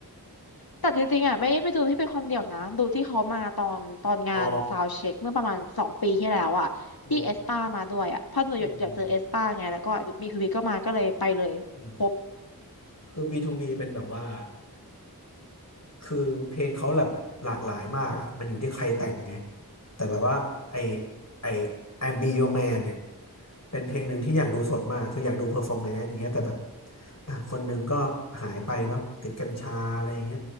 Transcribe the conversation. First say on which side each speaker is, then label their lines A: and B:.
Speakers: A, on the left; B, on the left.
A: แต่จริงๆอ่ะไม่ได้ไปดูที่เป็นคนเดียวนะดูที่เขามาตอนตอนงานซาวเช็คเมื่อประมาณสองปีที่แล้วอ่ะที่เอสปามาด้วยอ่ะเพราะหนูอยากอยากเจอเอสปาไงแล้วก็บีฮูบีก็มาก็เลยไปเลยครบ
B: อ๋ออ๋ออืมอืมอืมคือ B2B เป็นแบบว่า คือเพลงเขาแบบหลากหลายมากอ่ะมันอยู่ที่ใครแต่งไงแต่แบบว่าไอไอ I'm Be Your Man เนี่ยเป็นเพลงหนึ่งที่อยากดูสดมากคืออยากดูเพอร์ฟอร์แมนซ์อย่างเงี้ยแต่แบบอ่ะคนหนึ่งก็หายไปเนาะติดกัญชาอะไรอย่างเงี้ย